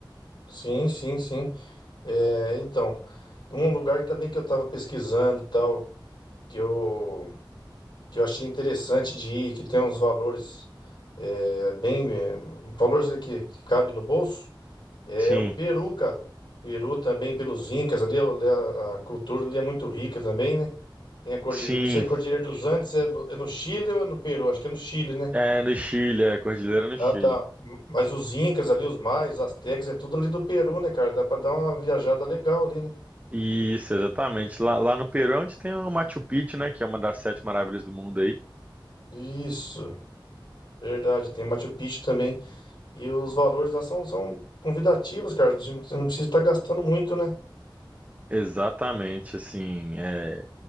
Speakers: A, on the left; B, on the right.
A: sim, sim, sim. É, então, um lugar também que eu estava pesquisando, tal, que eu, que eu achei interessante de ir, que tem uns valores é, bem, é, valores aí que, que cabe no bolso. É
B: Sim,
A: o Peru, cara. Peru também, pelos Incas ali, ali a, a cultura ali é muito rica também, né? Tem a Cordilheira,
B: sim,
A: não sei se a Cordilheira dos Andes é no, é no Chile ou é no Peru? Acho que é no Chile, né?
B: é no Chile, é Cordilheira no
A: Ah,
B: Chile.
A: tá. Mas os Incas ali, os Maias, os Astecas, é tudo ali do Peru, né, cara? Dá pra dar uma viajada legal ali, né?
B: Isso, exatamente. Lá, lá no Peru é onde tem o Machu Picchu, né? Que é uma das sete maravilhas do mundo aí.
A: Isso, verdade. Tem Machu Picchu também. E os valores lá são, são convidativos, cara. Você não você não precisa estar gastando muito, né?
B: Exatamente, assim, é